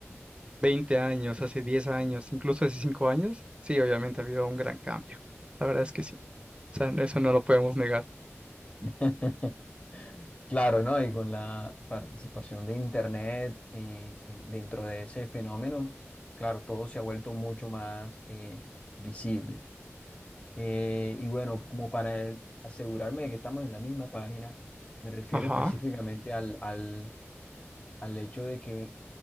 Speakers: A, on the right; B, on the left.
A: 20 años, hace 10 años, incluso hace 5 años, sí, obviamente ha habido un gran cambio. La verdad es que sí. O sea, eso no lo podemos negar.
B: <laughs> Claro, ¿no? Y con la participación de Internet eh, en- dentro de ese fenómeno, claro, todo se ha vuelto mucho más eh, visible. Eh, y bueno, como para asegurarme de que estamos en la misma página, me refiero
A: Ajá.
B: específicamente al, al, al hecho de que